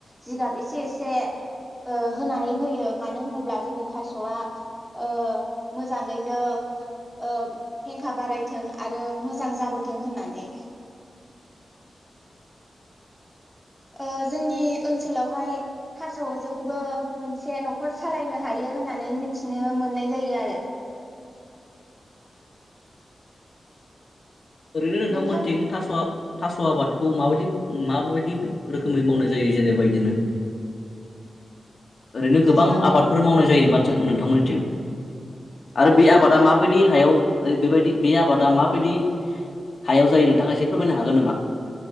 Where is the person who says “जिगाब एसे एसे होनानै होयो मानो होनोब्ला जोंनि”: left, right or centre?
Centre